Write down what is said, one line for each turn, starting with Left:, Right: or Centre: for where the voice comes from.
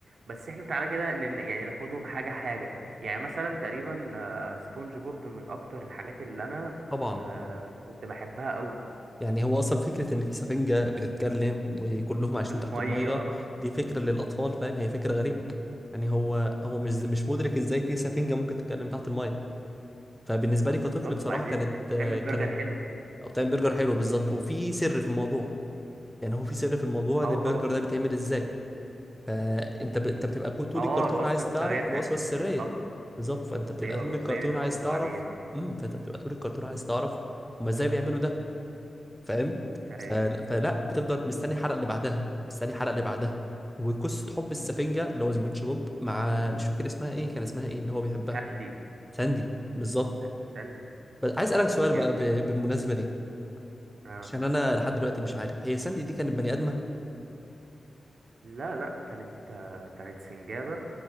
Right: بس احنا تعالى كده ن- يعني ناخدهم حاجة حاجة يعني مثلا تقريبا آه، سبونج بوب من اكتر الحاجات اللي انا
Centre: طبعا
Right: آه، كنت بحبها قوي
Centre: يعني هو اصلا فكره ان في سفنجه بتتكلم وكلهم عايشين
Right: بالمية
Centre: تحت الميه دي فكره للاطفال فاهم هي فكره غريبه يعني هو هو مش مش
Right: وفي-
Centre: مدرك
Right: و-
Centre: ازاي في سفنجه ممكن تتكلم تحت الميه فبالنسبه لي
Right: بالظبط
Centre: كطفل بصراحه
Right: وبعدين
Centre: كانت
Right: بت- بتعمل
Centre: آه، كانت
Right: برجر حلو
Centre: او بتعمل برجر حلو بالظبط وفي سر في الموضوع يعني هو في سر في الموضوع
Right: اه
Centre: ان البرجر
Right: طبعا
Centre: ده بيتعمل ازاي فانت ب... انت بتبقى كو- طول
Right: اه
Centre: الكرتون
Right: الوصفة
Centre: عايز
Right: السرية
Centre: تعرف
Right: بتاعت
Centre: الوصفه
Right: مستر
Centre: السريه
Right: سلطة
Centre: بالظبط فانت بتبقى
Right: ايوه
Centre: طول
Right: وازاي
Centre: الكرتون
Right: بيحافظوا
Centre: عايز تعرف
Right: عليها و...
Centre: امم فانت بتبقى طول الكرتون عايز تعرف هما ازاي بيعملوا ده فاهم
Right: ايوه
Centre: فلا, فلا بتفضل مستني الحلقه اللي بعدها مستني الحلقه اللي بعدها وقصه حب السفنجه اللي هو سبونج بوب مع مش فاكر اسمها ايه كان اسمها ايه اللي هو بيحبها
Right: ساندي
Centre: ساندي بالظبط
Right: لا، ساندي
Centre: بس عايز اسالك سؤال
Right: سنجابة
Centre: بقى ب... بالمناسبه دي
Right: اه
Centre: عشان انا لحد دلوقتي مش عارف هي ساندي دي كانت بني ادمه
Right: لا لا كانت آه، كانت سنجابة